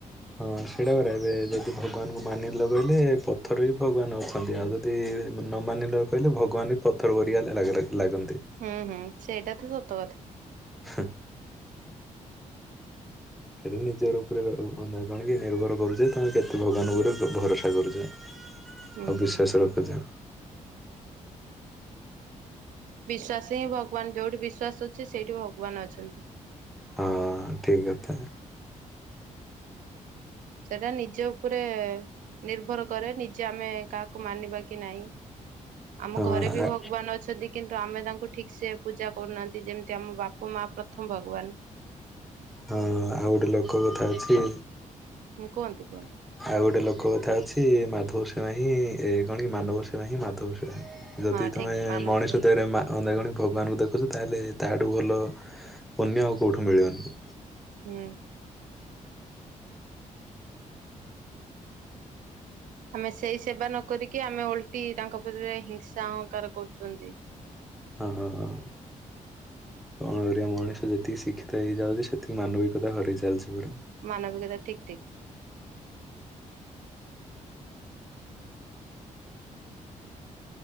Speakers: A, in the centre; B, on the right.
A: ହଁ ସେଇଟା ପରା ଏବେ ଯଦି ଭଗବାନଙ୍କୁ ମାନିଲ ବୋଇଲେ ପଥରେ ବି ଭଗବାନ ଅଛନ୍ତି ଆଉ ଯ ଦି ନ ମାନିଲ କହିଲେ ଭଗବାନ ବି ପଥର ବରିଆ ଲା ଲା ଲାଗ ଲାଗନ୍ତି।
B: ହୁଁ ହୁଁ ସେଇଟା ତ ସତ କଥା।
A: <unintelligible> ସେଇଟା ନିଜର ଉପରେ ର <unintelligible> କଣକି ନିର୍ଭର କରୁଛେ ତମେ କେତେ ଭଗବାନଙ୍କ ଉପରେ ଭରସା କରୁଛେ।
B: ହୁଁ
A: ଆଉ
B: ହୁଁ।
A: ବିଶ୍ୱାସ ରଖୁଛ।
B: ବିଶ୍ୱାସ ହିଁ ଭଗବାନ ଯୋଉଠି ବିଶ୍ଵାସ ଅଛି ସେଇଠି ଭଗବାନ ଅଛନ୍ତି।
A: ହଁ ଠିକ୍ କଥା।
B: ସେଟା ନିଜ ଉପରେ ନିର୍ଭର କରେ ନିଜେ ଆମେ କାହାକୁ ମାନିବା କି ନାଇ। ଆମ
A: ହଁ
B: ଘରେ ବି ଭଗବାନ ଅଛନ୍ତି କିନ୍ତୁ ଆମେ ତାଙ୍କୁ ଠିକ୍ ସେ ପୂଜା କରୁନାହାନ୍ତି ଯେମିତି ଆମ ବାପ ମା ପ୍ରଥମ ଭଗବାନ।
A: ହଁ ଆଉ ଗୋଟେ ଲୋକ କଥା ଅଛି
B: ହୁଁ କୁହନ୍ତୁ କୁହନ୍ତୁ।
A: ଆଉ ଗୋଟେ ଲୋକ କଥା ଅଛି ମାଧବ ସେବା ହିଁ ଏ କଣ କି ମାନବ ସେବା ହିଁ ମାଧବ ସେବା। ଯଦି
B: ହଁ
A: ତୁମେ
B: ଠିକ ମାନବ
A: ମଣିଷ
B: ସେବା
A: ଦେହରେ ମା <unintelligible> ଭଗବାନଙ୍କୁ ଦେଖୁଛ ତାହେଲେ ତାହାଠୁ ଭଲ ପୁନ୍ୟ ଆଉ କଉଠୁ ମିଳିବନି।
B: ହୁଁ। ଆମେ ସେଇ ସେବା ନ କରିକି ଆମେ ଓଲଟି ତାଙ୍କ ଉପରେ ହିଂସା ଅହଙ୍କାର କରୁଚନ୍ତି।
A: ହ ହ ହ। କଣ କରିବା ମଣିଷ ଯେତିକି ଶିକ୍ଷିତ ହେଇଯାଉଛି ସେତିକି ମାନବିକତା ହରଇ ଚାଲିଛି ପୁରା।
B: ମାନବିକତା ଠିକ୍ ଠିକ୍।